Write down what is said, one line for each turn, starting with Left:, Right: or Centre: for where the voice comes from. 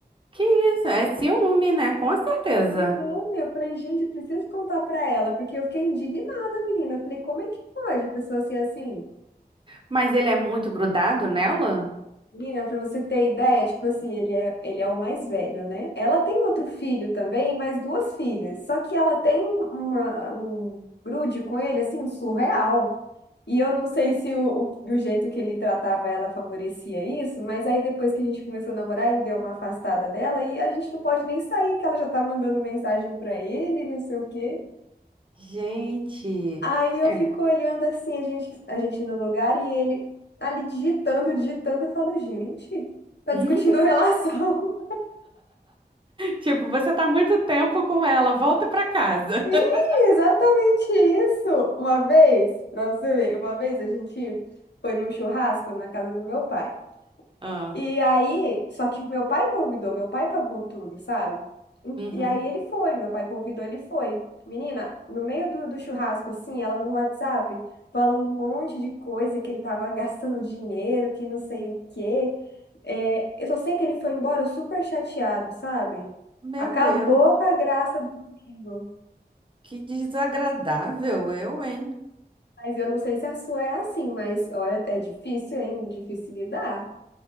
Right: Que isso? É ciúme, né? Com certeza.
Left: E bom, eu falei, gente, eu preciso contar pra ela, porque eu fiquei indignada, menina. Eu falei, como é que pode a pessoa ser assim?
Right: Mas ele é muito grudado nela?
Left: Menina, pra você ter ideia, tipo assim, ele é, ele é o mais velho, né? Ela tem outro filho também, mais duas filhas. Só que ela tem um- uma, um grude com ele, assim, surreal. E eu não sei se o, o, o jeito que ele tratava ela favorecia isso, mas aí depois que a gente começou a namorar, ele deu uma afastada dela e a gente não pode nem sair, que ela já tá mandando mensagem pra ele, não sei o quê.
Right: Gente.
Left: Aí eu
Right: É.
Left: fico olhando assim, a gente, a gente no lugar e ele ali digitando, digitando, eu falo, gente, tá
Right: <laughs>
Left: discutindo relação.
Right: Tipo, você tá muito tempo com ela, volta pra casa.
Left: <laughs> Ih,
Right: <laughs>
Left: Exatamente isso. Uma vez, pra você ver, uma vez a gente foi num churrasco na casa do meu pai.
Right: Ah.
Left: E aí, só que meu pai convidou, meu pai pagou tudo, sabe?
Right: Uhum.
Left: E e aí ele foi, meu pai convidou, ele foi. Menina, no meio do, do churrasco, assim, ela no WhatsApp, falando um monte de coisa, que ele tava gastando dinheiro, que não sei o quê. É, eu só sei que ele foi embora super chateado, sabe?
Right: Meu
Left: Acabou
Right: Deus,
Left: com a graça do domingo.
Right: que desagradável eu, hein?
Left: Mas eu não sei se a sua é assim, mas olha, é difícil, hein? Difícil lidar.